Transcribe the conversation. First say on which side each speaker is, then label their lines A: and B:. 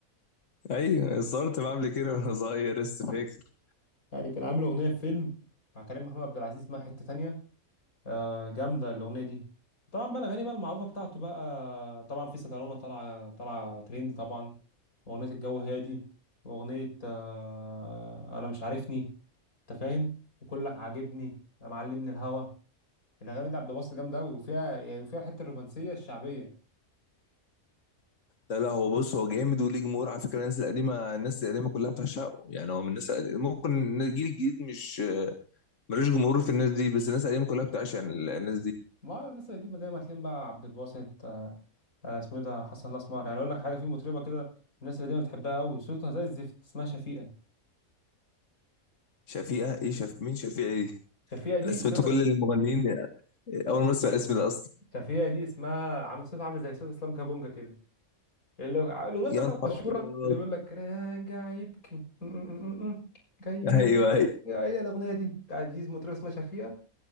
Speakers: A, on the left; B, on the left.
A: ايوه صورت معاه قبل كده وانا صغير لسه فاكر
B: يعني كان عامل اغنيه في فيلم مع كريم محمود عبد العزيز اسمها حته تانية آه جامده الاغنيه دي طبعا بقى الاغاني بقى المعروفه بتاعته بقى طبعا في سطرانه طالعه طالعه ترند طبعا واغنيه الجو هادي واغنيه آه انا مش عارفني انت فاهم وكلك عاجبني يا معلم من الهوا الاغاني دي عبد الباسط جامده قوي وفيها يعني فيها الحته الرومانسيه الشعبيه
A: لا لا هو بص هو جامد وليه جمهور على فكره الناس القديمه الناس القديمه كلها بتعشقه يعني هو من الناس القديمة. ممكن الجيل الجديد مش آه، ملوش جمهور في الناس دي بس الناس القديمه كلها بتعشق ال- الناس دي
B: ما هو الناس القديمه دايما تلاقيهم بقى عبد الباسط آه، اسمه ايه ده حسن الاسمر يعني اقول لك حاجه في مطربه كده الناس القديمه بتحبها قوي صوتها زي الزفت اسمها شفيقه
A: شفيقه ايه شف مين شفيقه دي؟
B: شفيقه دي
A: انا سمعت
B: صوتها
A: كل
B: كده-
A: المغنيين اول مره اسمع الاسم ده اصلا
B: شفيقه دي اسمها عامل صوتها عامل زي صوت اسلام كابونجا كده اللي هو- الاغنيه بتاعتها
A: يا نهار
B: المشهوره
A: ابيض
B: اللي بيقول لك راجع يبكي م- م- م- م- جاي يبكي.
A: ايوه أيوه.
B: هي الاغنيه دي بتاعت دي مطربه اسمها شفيقه